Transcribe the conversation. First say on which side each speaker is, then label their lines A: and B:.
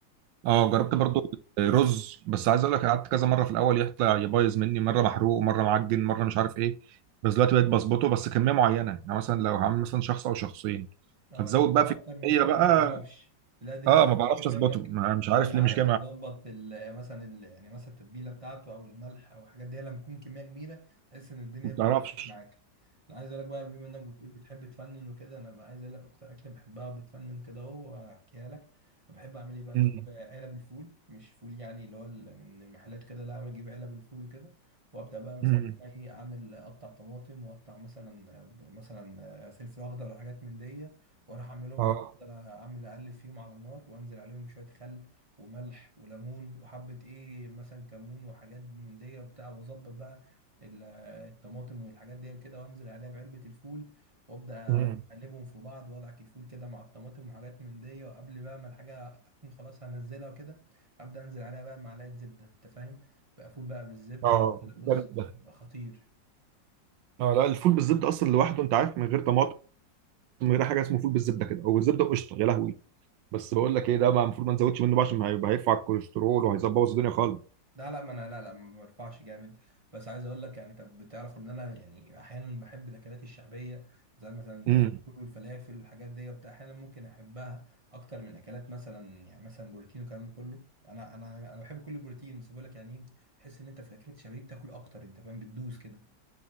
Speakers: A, on the right (about 25°); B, on the right (about 85°).
A: عايز
B: اه
A: اقول
B: جربت
A: لك
B: برضو رز بس عايز اقول لك قعدت كذا مره في الاول يطلع يبايظ مني مره محروق ومره معجن مره مش عارف ايه بس دلوقتي بقيت بظبطه بس كميه معينه يعني مثلا لو هعمل مثلا شخص او شخصين
A: اه
B: هتزود
A: لكن
B: بقى
A: لو
B: في
A: اكتر من
B: الكميه
A: كده
B: بقى
A: ما تعرفش تلاقي الدنيا
B: اه
A: بتفك
B: ما بعرفش
A: منك
B: اظبطه ما- مش عارف
A: ولا
B: ليه
A: عارف
B: مش جاي
A: تظبط
B: معايا
A: ال- مثلا ال- يعني مثلا التتبيله بتاعته او الملح او الحاجات دي لما تكون كميه كبيره تحس ان الدنيه
B: ما
A: بردت
B: بعرفش
A: معاك انا عايز اقول لك بقى بما انك بتقول بتحب تفنن وكده انا بقى عايز اقول لك اكتر اكله بحبها وبتفنن كده اهو احكيها لك بحب اعمل ايه بقى
B: مم.
A: اجيب علب الفول مش فول يعني اللي هو ال- من المحلات كده لا بجيب علب الفول وكده وابدا بقى مثلا
B: مم.
A: انا ايه اعمل اقطع طماطم واقطع مثلا مثلا فلفل اخضر وحاجات من دي واروح اعملهم
B: اه
A: افضل اعمل اقلب فيهم على النار وانزل عليهم بشويه خل وملح وليمون وحبه ايه مثلا كمون وحاجات من دي وبتاع واظبط بقى ال- الطماطم والحاجات دي وكده وانزل عليها بعلبه الفول وابدا
B: امم
A: اقلبهم في بعض وادعك الفول كده مع الطماطم وحاجات من دي وقبل بقى ما الحاجه اكون خلاص هنزلها وكده ابدا انزل عليها بقى معلقه زبده انت فاهم بقى فول بقى بالزبده
B: اه
A: عامل-
B: بجد
A: بص بيبقى خطير
B: اه لا الفول بالزبده اصلا لوحده انت عارف من غير طماطم من غير حاجه اسمه فول بالزبده كده او بالزبده وقشطه يا لهوي بس بقول لك ايه ده ما المفروض ما نزودش منه بقى عشان هيبقى هيرفع الكوليسترول وهيظبط الدنيا خالص
A: لا لا ما انا لا لا ما برفعش جامد بس عايز اقول لك يعني طب بتعرف ان انا يعني احيانا بحب الاكلات الشعبيه زي مثلا
B: امم
A: الفول والفلافل والحاجات دي وبتاع احيانا ممكن احبها اكتر من اكلات مثلا يعني مثلا بروتين والكلام ده كله انا انا انا بحب كل البروتين بس بقول لك يعني ايه تحس ان انت في الاكلات الشعبيه بتاكل اكتر انت فاهم بتدوس كده